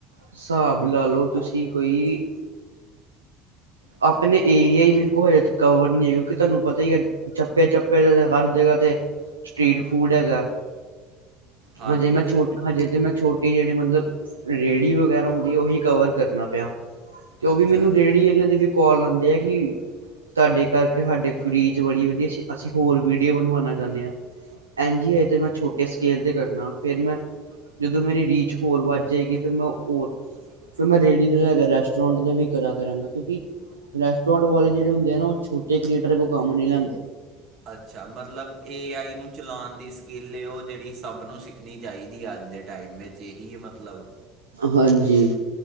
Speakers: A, on the right; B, on the right.
A: ਹਿਸਾਬ ਲਾ ਲਓ ਤੁਸੀਂ ਕੋਈ ਆਪਣੇ ਏਰੀਆ ਹੀ ਮੇਰੇ ਕੋਲ ਹਜੇ ਕਵਰ ਨ ਹੈ, ਕਿਉਂਕਿ ਤੁਹਾਨੂੰ ਪਤਾ ਹੀ ਹੈ ਚੱਪੇ- ਚੱਪੇ ਤੇ ਹਰ ਜਗ੍ਹਾ ਤੇ, ਸਟ੍ਰਰੀਟ ਫੂਡ ਹੈਗਾ।
B: ਹਾਂਜੀ
A: ਮ ਜੇ ਮੈਂ ਛੋਟ
B: ਫਿਰ
A: ਹਜੇ ਤੇ ਮੈਂ ਛੋਟੀ ਜਿਹੜੀ ਮਤਲਬ, ਰੇਹੜੀ ਵਗੈਰਾ ਹੁੰਦੀ ਉਹੀ ਕਵਰ ਕਰਨਾ ਪਿਆ। ਤੇ ਉਹ
B: ਅੱਛਾ
A: ਵੀ ਮੈਨੂੰ
B: ਜੀ
A: ਰੇਹੜੀ ਇਹਨਾਂ ਦੇ ਵੀ ਕੋਾਲ ਆਉਂਦੇ ਆ ਕਿ ਤੁਹਾਡੇ ਕਰਕੇ ਸਾਡੇ ਫਰੀਜ਼ ਬੜੀ ਵਧੀਆ ਅਸੀਂ ਹੋਰ ਵੀਡੀਓ ਬਣਵਾਉਣਾ ਚਾਹੁੰਦੇ ਹਾਂ। ਐਨ ਜੀ ਏ ਮੈਂ ਛਟ ਸਕੇਲ ਤੇ ਕਰਨਾ, ਫਿਰ ਮੈਂ ਜਦੋਂ ਮੇਰੀ ਰੀਚ ਹੋਰ ਵੱਧ ਜਾਵੇਗੀ ਫਿਰ ਮੈਂ ਹੋ ਫਿਰ ਮੈਂ ਰੇੜਡੀ ਦਾ ਲ ਰੈਸਟੋਰੈਂਟ ਦਾ ਵੀ ਕਰਾ ਕਰਾਂਗਾ ਕਿਉਂਕਿ ਰੈਸਟੋੈਂਟ ਵਾਲੇ ਜਿਹੜੇ ਹੁੰਦੇ ਆ ਨਾ ਉਹ ਛੋਟੇ ਕੀਟਰਰ ਕੋ ਕੰਮ ਨਹੀਂ ਲੈਂਦੇ।
B: ਅੱਛਾ। ਮਤਲਬ ਏ ਆਈ ਨੂੰ ਚਲਾਉਣ ਦੀ ਸਕਿੱਲ ਉਹ ਜਿਹੜੀ ਸਭ ਨੂੰ ਸਿੱਖ ਰੱਖਣੀ ਚਾਹੀਦੀ ਅੱਜ ਦੇ ਟਾਈਮ ਵਿੱਚ ਇਹਹੀ ਮਤਲਬ
A: ਹਾਂਜੀ।